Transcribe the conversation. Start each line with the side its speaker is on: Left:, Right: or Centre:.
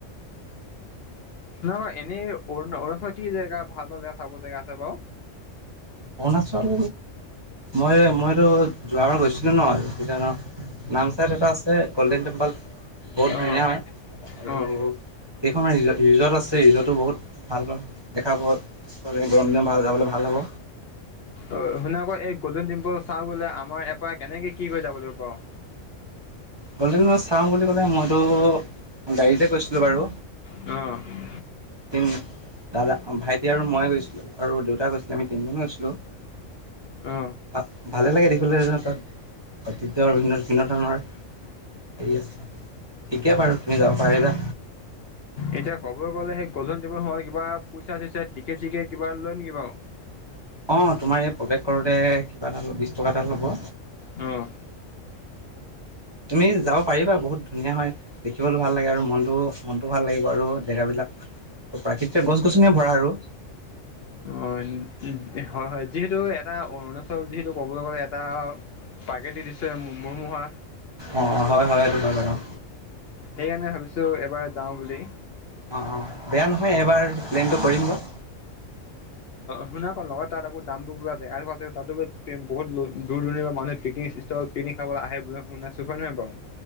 Left: নাই বাৰু অৰুণাছলত কি জেগা ভাল ভাল জেগা চাব জেগা আছে বাৰু
Right: অৰুণাচল মই মইতো যোৱাবাৰ গৈছিলো ন সেইকাৰণ নামচাইত এটা আছে গ'ল্ডেন টেম্পল বহুত ধুনীয়া
Left: অ'।
Right: হয় আৰু
Left: অ',
Right: কেইখনমান ৰিজ ৰিজৰ্ট আছে ৰিজৰ্টো বহুত ভালক দেখা পোৱা গৰম দিনত ভাল যাবলৈ ভাল হ'ব
Left: অ শুনা আকৌ এই গ'ল্ডেন টেম্পল চা বোলে আমাৰ ইয়াৰপৰা কেনেকে কি কৰি যাব লাগিব বাৰ
Right: অল মই চাওঁ বুলি ক'লে মইতো গাড়ীতে গৈছিলো বাৰু
Left: অ
Right: তিনি দাদা ভাইটি আৰু মই গৈছিলোঁ আৰু দেউতা গৈছিলে আমি তিনিজনে গৈছিলোঁ
Left: অ
Right: তাত ভালে লাগে দেখিবলৈ যেনেহ তাত ঐতিহ্য বিভিন্ বিভিন্ন ধৰণৰ আছে ঠিকে বাৰু তুমি যাব পাৰিবা
Left: এতিয়া ক'ব গ'লে সেই গল্ডেন টেবুল সোমালে কিবা পইছাচইছা টিকেত চিকেট কিবা লয় নেকি বাৰু
Right: অ তোমাৰ এই প্ৰৱেশ কৰোতে কিবা এটা লয় বিশ টকা এটা ল'ব
Left: উম
Right: তুমি যাব পাৰিবা বহুত ধুনীয়া হয় দেখিবলৈ ভাল লাগে আৰু মনটো মনটো ভাল লাগিব আৰু জেগাবিলাক ত প্ৰাকৃতিক গছ গছনিয়ে ভৰা আৰু
Left: অ উ হয় হয় যিহেতু এটা অৰুণাচল যিহেতু কবলৈ গলে এটা প্ৰাকৃতিক দিশ্য মূৰমহা
Right: অঁ হয় হয় এইটো হয় বাৰু অঁ
Left: সেইকাৰণে ভাবিছোঁ এবাৰ যাওঁ বুলি
Right: অঁ অঁ বেয়া নহয় এইবাৰ প্লেইনটো কৰিমগৈ
Left: শুনা আকৌ লগত তাত আকৌ দাম বোৰ পোৰা তাতো বহুত দূৰ দূৰ পৰা মানুহে পেকিং তল পিকনিক খাবলৈ আহে বুলি শুনি আছো হয় নহয় বাৰু